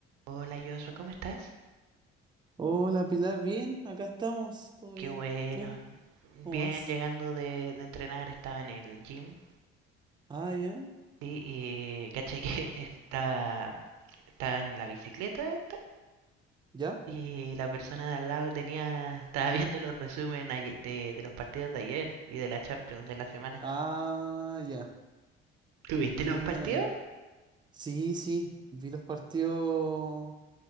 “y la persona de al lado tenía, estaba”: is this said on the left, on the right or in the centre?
Right